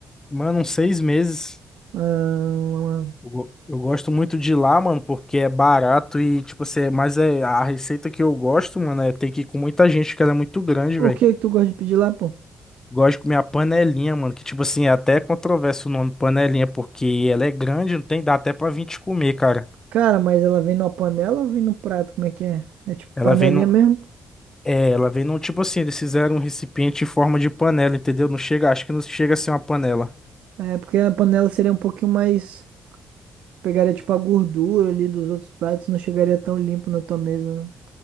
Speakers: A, on the left; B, on the right.
A: Mano, uns seis meses.
B: Ah,
A: Eu, go- eu gosto muito de ir lá, mano, porque é barato e, tipo assim, é- mas é, a receita que eu gosto, mano, é ter que ir com muita gente, porque ela é muito grande,
B: o
A: velho.
B: que que tu gosta de pedir lá, pô?
A: Gosto de comer a panelinha, mano, que, tipo assim, é até controverso o nome panelinha, porque ela é grande, não tem, dá até pra 20 comer, cara.
B: Cara, mas ela vem numa panela ou vem no prato? Como é que é? É tipo
A: Ela
B: panelinha
A: vem, no,
B: mesmo?
A: É, ela vem num tipo assim, eles fizeram um recipiente em forma de panela, entendeu? Não chega, acho que não chega a ser uma panela.
B: É, porque a panela seria um pouquinho mais Pegaria tipo a gordura ali dos outros pratos, não chegaria tão limpo na tua mesa, né?